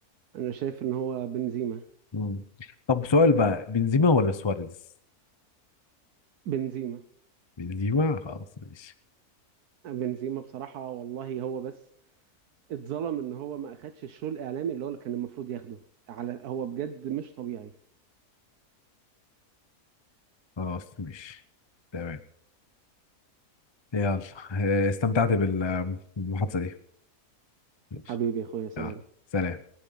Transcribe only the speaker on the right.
انا شايف ان هو بنزيما
بنزيما
بنزيما بصراحة والله هو بس اتظلم ان هو ما اخدش الشو الاعلامي اللي هو اللي كان المفروض ياخده على هو بجد مش طبيعي
حبيبي يا اخويا سلام